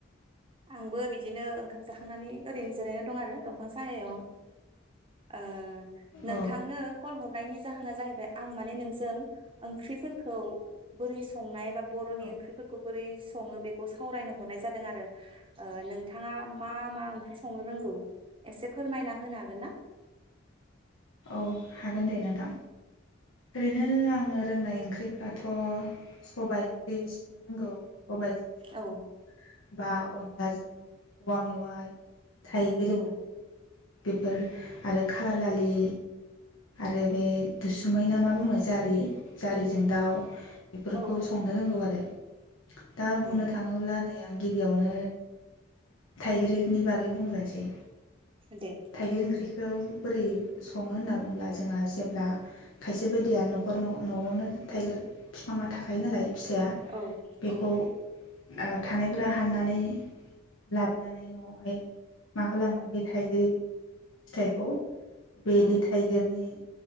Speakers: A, on the right; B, on the left.
A: आंबो बिदिनो ओंखाम जाखांनानै ओरैनो जिरायना दं आरो दंफां सालायाव। ओ नोंथांनो
B: अ
A: कल हरनायनि जा होना जाहैबाय आं माने नोंजों ओंख्रिफोरखौ बोरै स नाय बा बर'नि
B: औ
A: ओंख्रिफोरखौ बोरै सङो बेखौ सावरायनो हरनाय जा दों आरो ओ नों थाङा मा मा ओंख्रि स नो रोंगौ एसे फोरमायना होनो हागोन ना?
B: औ हागोन दे नोंथां ओरैनो आङो रोंनाय ओंख्रिफ्राथ' सबाय ओंख्रि संनो रोंगौ। सबायजों साम'
A: औ
B: बा अनलाजों औवा मेवाइ थाइगिर
A: औ
B: ओंख्रि बेफोर आरो खाला दालि आरो बे दुसुमै ना मा बुङो जारि जारिजों दाउ बेफोरखौ
A: औ
B: संनो रोंगौ आरो। दा बुंनो
A: औ
B: थाङोब्ला नै आं गिबियावनो थाइगिरनि बागै बुंग्रोनोसै
A: दे
B: थाइगिर ओंख्रिखौ बोरै सङो होनना बुङोब्ला जोंहा जेब्ला खायसे बायदिया न'खर न'आवनो थाइगिर बिफाङा थाखायो नालाय। फिथाया
A: औ
B: बेखौ
A: औ
B: ओ थानायफोरा हाननानै लाबोनानै न'आवहाय मा खालामो बे थाइगिर फिथाइखौ बेदि
A: औ
B: थाइगिरनि